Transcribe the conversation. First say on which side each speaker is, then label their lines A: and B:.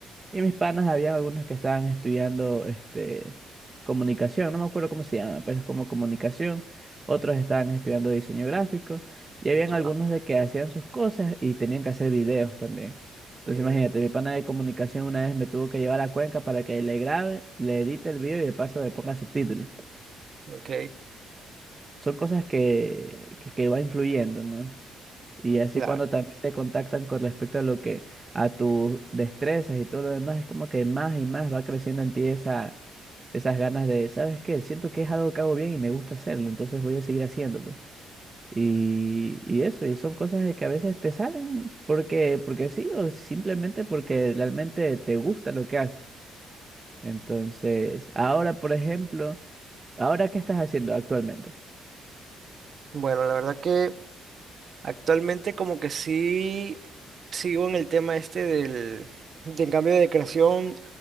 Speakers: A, on the right; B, on the right.
A: Y mis panas, había algunos que estaban estudiando este, comunicación, no me acuerdo cómo se llama, pero es como comunicación. Otros estaban estudiando diseño gráfico. Y habían
B: Ya.
A: algunos de que hacían sus cosas y tenían que hacer videos también. Entonces
B: ujú,
A: imagínate, mi pana de comunicación una vez me tuvo que llevar a Cuenca para que le grabe, le edite el video y de paso le ponga subtítulos
B: ok,
A: son cosas que, que, que va influyendo, ¿no? Y así
B: claro.
A: cuando también te contactan con respecto a lo que, a tus destrezas y todo lo demás, es como que más y más va creciendo en ti esa, esas ganas de, ¿sabes qué? Siento que es algo que hago bien y me gusta hacerlo, entonces voy a seguir haciéndolo. Y, y eso, y son cosas de que a veces te salen porque, porque sí, o simplemente porque realmente te gusta lo que haces. Entonces, ahora, por ejemplo, ¿ahora qué estás haciendo actualmente?
B: Bueno, la verdad que Actualmente como que sí sigo en el tema este del, del cambio de creación,